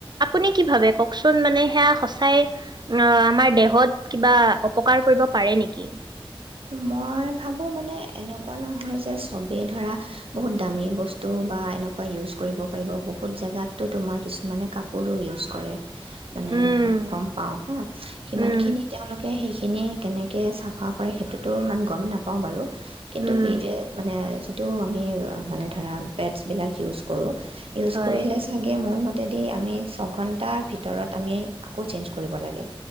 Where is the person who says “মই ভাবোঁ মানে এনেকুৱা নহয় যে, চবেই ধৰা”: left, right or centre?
Right